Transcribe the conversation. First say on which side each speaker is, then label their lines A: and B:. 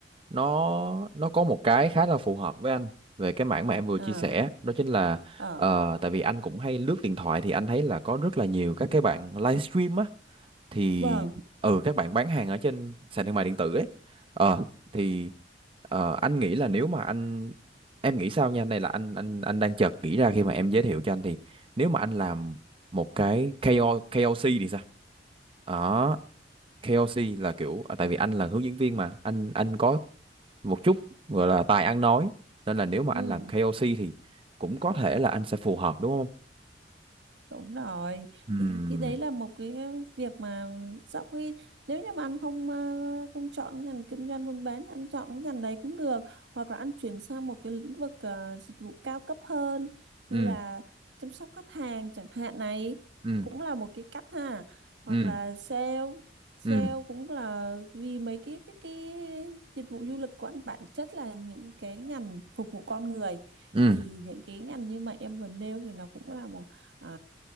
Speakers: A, on the right; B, on the right.
A: nó nó có một cái khá là phù hợp với anh về cái mảng mà em vừa
B: à
A: chia sẻ đó chính là
B: ờ
A: ờ, tại vì anh cũng hay lướt điện thoại thì anh thấy là có rất là nhiều các cái bạn livestream á thì
B: vâng
A: ừ các bạn bán hàng ở trên sàn thương mại điện tử ấy ờ thì ờ, anh nghĩ là nếu mà anh em nghĩ sao nha này là anh anh anh đang chợt nghĩ ra khi mà em giới thiệu cho anh thì nếu mà anh làm một cái ca O ca O KOC thì sao đó KOC là kiểu à, tại vì anh là hướng dẫn viên mà anh anh có một chút gọi là tài ăn nói nên là nếu mà
B: ừ
A: anh làm KOC thì cũng có thể là anh sẽ phù hợp đúng không?
B: Đúng rồi,
A: Ừm,
B: thì cái cái đấy là một cái việc mà sau khi nếu như mà anh không ờ, không chọn cái ngành kinh doanh buôn bán, anh chọn cái ngành đấy cũng được, hoặc là anh chuyển sang một cái lĩnh vực ờ, dịch vụ cao cấp hơn như
A: ừm,
B: là chăm sóc khách hàng chẳng hạn này
A: ừm,
B: cũng là một cái cách ha, hoặc
A: ừm,
B: là sale, sale
A: ừm,
B: cũng là vì mấy cái cái cái dịch vụ du lịch của anh bản chất là những cái ngành phục vụ con người
A: ừm,
B: thì những cái ngành như mà em vừa nêu thì nó cũng là một à,